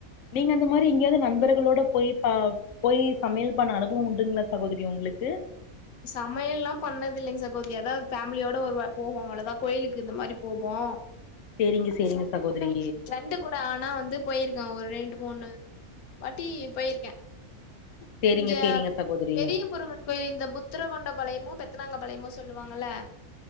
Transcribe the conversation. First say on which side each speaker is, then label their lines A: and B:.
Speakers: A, on the left; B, on the left.
A: நீங்க அந்த மாரி எங்கியாவது நண்பர்களோடப் போயிப் பா போயி சமையல் பண்ண அனுபவம் உண்டுங்ளா சகோதிரி உங்ளுக்கு
B: சமையல்லா பண்ணது இல்லைங்க சகோதரி ஏதா ஃபேமிலியோட ஒரு வா போவோ அவ்ளதா கோயிலுக்கு இந்த மாரி போவோ
A: சேரிங்க சேரிங்க
B: ப்ரெண்டு
A: சகோதரி
B: கூட ப்ரெண்டு கூட ஆனா வந்து போயிருக்கே ஒரு ரெண்டு மூணு வாட்டி போயிருக்கே
A: சேரிங்க
B: இங்க
A: சேரிங்க சகோதரி
B: பெரிய முருகன் கோயிலு இந்த புத்தர கொண்ட பளையமு பெத்தனாங்க பளையமு சொல்லுவாங்கல்ல